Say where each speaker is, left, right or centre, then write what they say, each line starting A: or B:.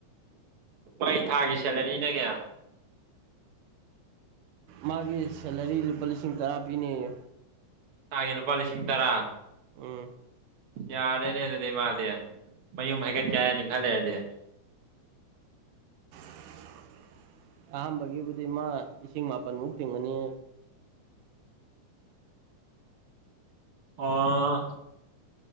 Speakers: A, on the right; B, on the right.
A: ꯃꯥꯏ ꯊꯥꯒꯤ ꯁꯦꯂꯔꯤꯅ ꯀꯌꯥ
B: ꯃꯥꯒꯤ ꯁꯦꯂꯔꯤ ꯂꯨꯄꯥ ꯂꯤꯁꯤꯡ ꯇꯔꯥ ꯄꯤꯅꯤꯌꯦ
A: ꯊꯥꯒꯤ ꯂꯨꯄꯥ ꯂꯤꯁꯤꯡ ꯇꯔꯥ
B: ꯎꯝ
A: ꯌꯥꯔꯦꯅꯦ ꯑꯗꯨꯗꯤ ꯏ ꯃꯥꯗꯤ ꯃꯌꯨꯝ ꯍꯥꯏꯩꯀꯠꯀꯦ ꯍꯥꯏꯅꯤ ꯈꯔ ꯂꯩꯔꯥꯗꯤ
B: <unintelligible> ꯑꯍꯥꯟꯕꯒꯤꯕꯨꯗꯤ ꯃꯥ ꯂꯤꯁꯤꯡ ꯃꯥꯄꯜꯃꯨꯛ ꯇꯤꯡꯉꯅꯤ
A: ꯑꯣ